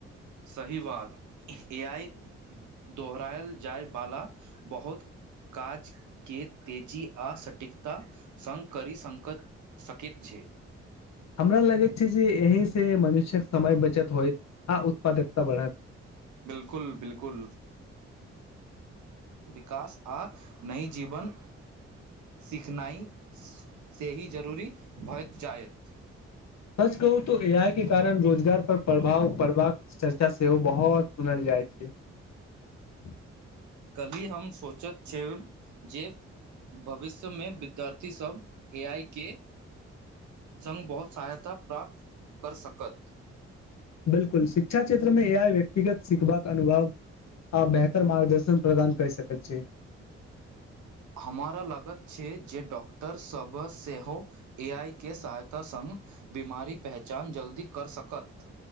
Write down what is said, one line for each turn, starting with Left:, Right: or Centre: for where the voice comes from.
Right: सही बात ए आइ दोहरायल जाय वाला बहुत काज के तेजी आ सटीकता संग करी सक छै
Left: हमरा लगैत छै जे एहि सँ मनुष्यक समय बचत होइत आ उत्पादकता बढ़त
Right: बिल्कुल बिल्कुल कास आ नहि जीवन सीखनाइ सँ ही जरूरी भइत जाइत
Left: सच कहू तो ए आई के कारण रोजगार पर प्रभाव पड़बाक चर्चा सेहो बहुत सुनल जाय जाय छै
Right: कल्ही हम सोचैत छिय जे भविष्य में विद्यार्थी सभ ए आइ के संग बहुत सहायता प्राप्त कर सकत
Left: बिलकुल शिक्षा क्षेत्र में ए आइ व्यक्तिगत सिखबाक अनुभव आ बेहतर मार्गदर्शन प्रदान कए सकैत छै
Right: हमारा लागत छै जे डॉक्टर सभ सेहो ए आई के सहायता संग बीमारी पहचान पहचान जल्दी कर सकत